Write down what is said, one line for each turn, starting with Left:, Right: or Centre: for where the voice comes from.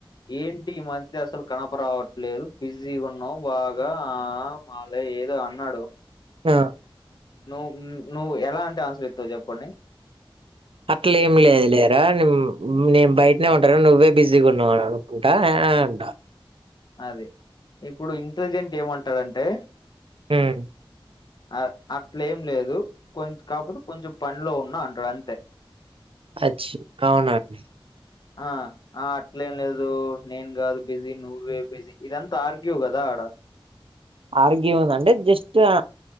Left: ఏంటి ఈ మధ్య అసలు కనప రావట్లేరు బిజీగున్నావ్ బాగా ఆ మాలె ఏదో అన్నాడు
Right: ఆ
Left: నువ్ నువ్ ఎలాంటి ఆన్సర్ ఇస్తావ్ చెప్పండి
Right: అట్లే ఏం లేదు లేరా నె నేన్ బయట్నే ఉంట కదా నువ్వే బిజీగా ఉన్నావు అనుకుంటా అంటా
Left: అది ఇప్పుడు ఇంటలిజెంట్ ఏమంటాదమ్ టే
Right: హ్మ్
Left: అ అట్ల ఏం లేదు కొం కాపోతే కొంచెం పన్లో ఉన్నా అంటాడంతే
Right: అచ్చ అవునాండి
Left: ఆ ఆ అట్లేం లేదు నేన్ కాదు బిజీ నువ్వే బిజీ ఇదంతా ఆర్గ్యూ కదా ఆడ
Right: అర్గ్యు అనంటే జస్ట్ ఆ